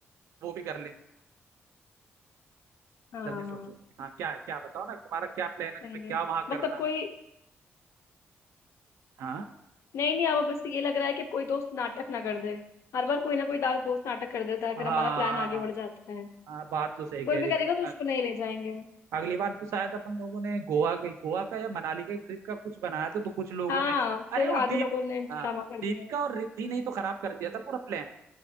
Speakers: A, on the right (about 85°); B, on the left (about 75°).
A: वो भी कर लेंगे
B: हाँ
A: जल्दी सोचो हाँ क्या है क्या बताओ ना तुम्हारा क्या प्लान है तुम्हें
B: सही
A: क्या
B: है
A: वहां
B: बस
A: करना
B: अब कोई
A: है हाँ
B: नहीं नहीं अब बस ये लग रहा है कि अब कोई दोस्त नाटक ना कर दे हर बार कोई ना कोई दा- दोस्त नाटक कर देता है
A: हाँ
B: फिर हमारा प्लान आगे बढ़ जाता है
A: हाँ बात तो सही
B: कोई
A: कह रही
B: भी करेगा
A: क्योंकि
B: तो
A: यार
B: उसको नहीं ले जाएंगे
A: अगली बार तो शायद अपन लोगों ने गोवा का गोवा का या मनाली का ट्रिप का कुछ बनाया था तो कुछ लोगों
B: हाँ
A: ने अरे
B: फिर
A: वो दीप
B: आधे लोगों ने ड्रामा
A: हाँ
B: कर
A: दीपिका
B: दिया
A: और रिद्धि ने ही तो खराब कर दिया था पूरा प्लान